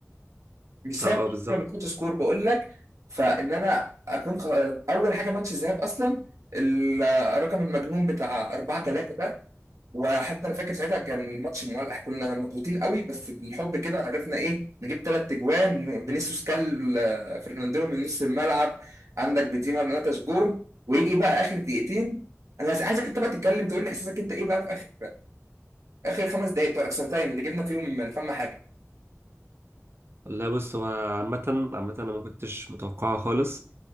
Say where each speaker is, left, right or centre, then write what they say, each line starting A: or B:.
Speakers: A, on the right; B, on the right.
A: مش سايب
B: اه اه بالظبط
A: حد ما بيحطش سكور بقول لك فإن أنا أكون خ... أول حاجة ماتش الذهاب أصلا الرقم المجنون بتاع 4 3 وحتى انا فاكر ساعتها كان ماتش مولع كنا مضغوطين قوي بس بالحب كده عرفنا ايه نجيب ثلاث تجوان فينيسيوس كل آه، فرناندينو من نص الملعب عندك بنزيما نتش جول ويجي بقى اخر دقيقتين انا عايز- عايزك انت بقى تتكلم تقول لي احساسك انت ايه بقى في اخر اخر خمس دقائق بتوع الاكسترا تايم اللي جبنا فيهم من فم حاجه
B: لا بص هو عامة عامة أنا ما كنتش متوقعها خالص